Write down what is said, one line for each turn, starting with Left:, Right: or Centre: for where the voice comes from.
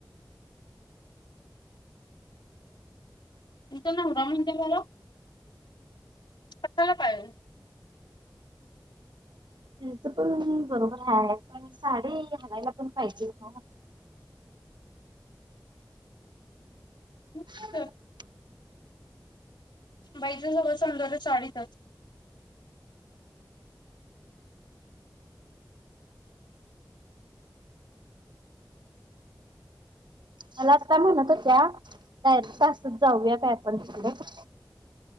Left: तुचं नाव रमण देव <unintelligible> कसाला पायल <unintelligible>
Right: ह तर पण बरोबर आहे पण साडी हलायला पण पाहिजेत ना <unintelligible> <unintelligible>
Left: पाहिजे बाईच सगळं समजालं साडीचच
Right: मला आता म्हणत होत्या काय तासत जाऊया काय आपण शिक <unintelligible>